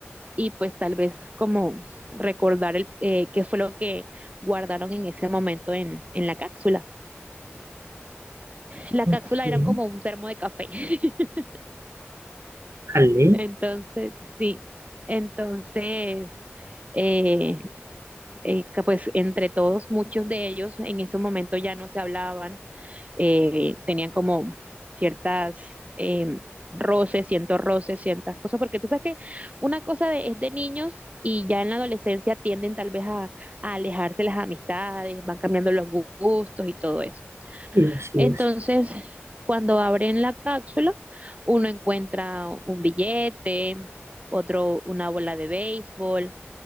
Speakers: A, on the right; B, on the right.
A: y pues tal vez como recordar el, eh, qué fue lo que guardaron en ese momento en, en la cápsula. La
B: ok.
A: cápsula era como un termo de café. <laughs>
B: Jale.
A: Entonces, sí, entonces eh, eh, que pues entre todos, muchos de ellos en ese momento ya no se hablaban, eh, tenían como ciertas eh, roces, ciertos roces, ciertas cosas, porque tú sabes que una cosa de- es de niños y ya en la adolescencia tienden tal vez a, a alejarse las amistades, van cambiando los gu- gustos y todo eso.
B: Sí, así
A: Entonces,
B: es.
A: cuando abren la cápsula, uno encuentra un billete, otro una bola de béisbol,